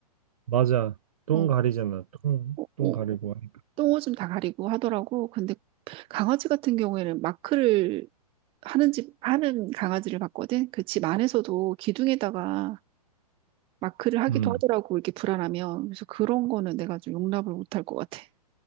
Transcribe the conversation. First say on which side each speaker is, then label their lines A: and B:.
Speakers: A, on the right; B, on the right.
A: 맞아 똥
B: 어,
A: 가리잖아 똥
B: 어,
A: 똥
B: 어,
A: 가리고 하니까
B: 똥 오줌 다 가리고 하더라고. 근데 강아지 같은 경우에는 마크를 하는 집, 하는 강아지를 봤거든. 그 집 안에서도 기둥에다가 마크를 하기도
A: 음.
B: 하더라고, 이렇게 불안하면. 그래서 그런 거는 내가 좀 용납을 못할 것 같아.